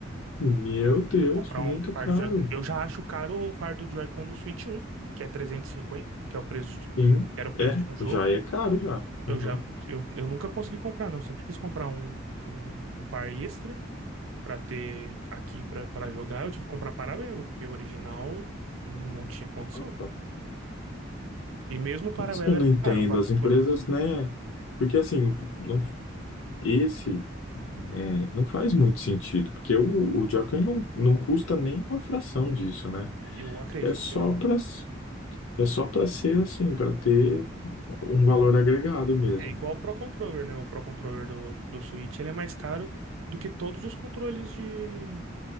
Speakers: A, on the left (about 80°); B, on the right (about 80°).
A: Meu Deus,
B: Você comprar
A: muito
B: um par
A: caro.
B: de Joy-Con. Eu já acho caro o par do Joy-Con do Switch 1, que é 350, que é o preço de, que
A: Sim,
B: era o preço
A: é,
B: de um jogo.
A: já é caro já. Aham.
B: Eu já, eu, eu nunca consegui comprar, não. Eu Sempre quis comprar um, um, um par extra pra ter aqui pra para jogar. Eu tive que comprar paralelo, porque o original não tinha condição.
A: Nossa,
B: E mesmo o paralelo
A: é isso que eu não
B: era
A: entendo.
B: caro. Eu, paguei-
A: As empresas,
B: eu
A: né? Porque assim, não, esse. É, não faz muito sentido, porque o, o Joker não, não custa nem uma fração disso, né?
B: eu acredito
A: É só
B: que não.
A: para é só para ser assim, para ter um valor agregado mesmo
B: É igual o Pro Controller, né? O Pro Controller do, do Switch, ele é mais caro do que todos os controles de,